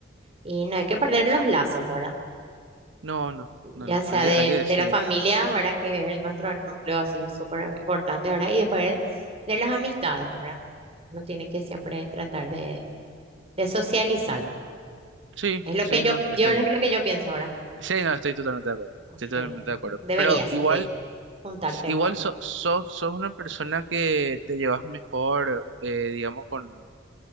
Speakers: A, on the right; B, on the right.
A: y no hay que perder los lazos, ¿verdad?
B: no, no,
A: ya
B: no, no,
A: sea
B: hay que,
A: de,
B: hay que, sí,
A: de la familia, ¿verdad? Que es nuestro núcleo así súper importante, ¿verdad? Y después de las amistades, ¿verdad? Uno tiene que siempre tratar de, de socializar.
B: sí,
A: Es lo
B: sí,
A: que yo,
B: no, estoy,
A: yo lo, que- lo que yo pienso ahora.
B: sí, no, estoy totalmente de acuerdo,
A: O
B: estoy
A: sea,
B: totalmente de acuerdo.
A: deberías
B: Pero igual...
A: de juntarte
B: Igual
A: un poquito.
B: sos, sos, sos una persona que te llevas mejor, eh, digamos, con,